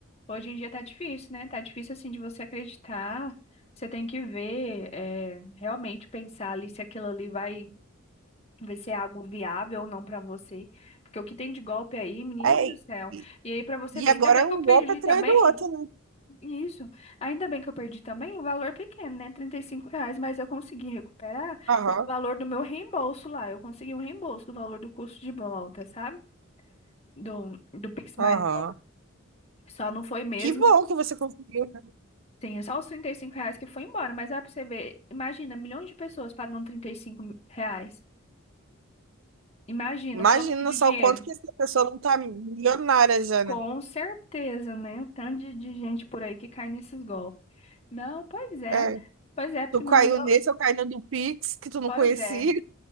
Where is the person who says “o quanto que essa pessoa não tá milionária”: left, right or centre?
Right